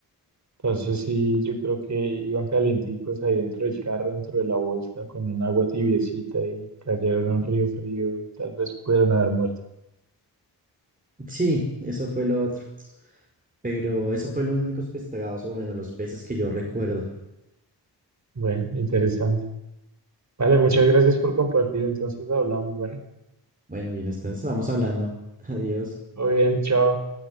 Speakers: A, on the right; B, on the right.
A: Entonces sí, yo creo que iban calienticos ahí dentro del carro, dentro de la bolsa, con un agua tibiecita y cayeron a un río frío, tal vez pudieron haber muerto.
B: Sí, eso fue lo otro. Pero eso fue los únicos pescados, o bueno, los peces que yo recuerdo.
A: Bueno, interesante. Vale, muchas gracias por compartir. Entonces hablamos. Bueno,
B: Bueno, y en este estamos hablando. <laughs> Adiós.
A: muy bien, chao.